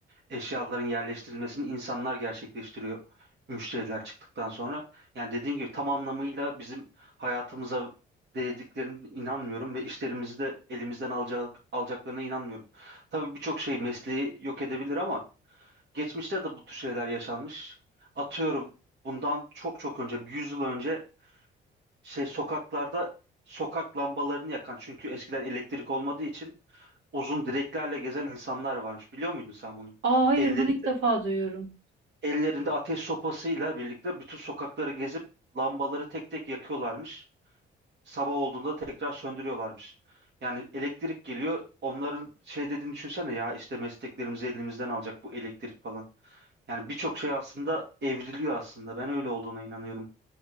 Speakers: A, on the right; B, on the right.
A: eşyaların yerleştirilmesini insanlar gerçekleştiriyor müşteriler çıktıktan sonra. Yani dediğim gibi tam anlamıyla bizim hayatımıza değdiklerine inanmıyorum ve işlerimizi de elimizden alacak, alacaklarına inanmıyorum. Tabii birçok şey mesleği yok edebilir ama geçmişte de bu tür şeyler yaşanmış. Atıyorum bundan çok çok önce, bir yüz yıl önce şey sokaklarda sokak lambalarını yakan çünkü eskiden elektrik olmadığı için uzun direklerle gezen insanlar varmış. Biliyor muydun sen bunu?
B: Aa, hayır,
A: Ellerinde
B: bunu ilk defa duyuyorum.
A: Ellerinde ateş sopasıyla birlikte bütün sokakları gezip lambaları tek tek yakıyorlarmış. Sabah olduğunda tekrar söndürüyorlarmış. Yani elektrik geliyor. Onların şey dediğini düşünsene ya işte mesleklerimizi elimizden alacak bu elektrik falan. Yani birçok şey aslında evriliyor aslında. Ben öyle olduğuna inanıyorum.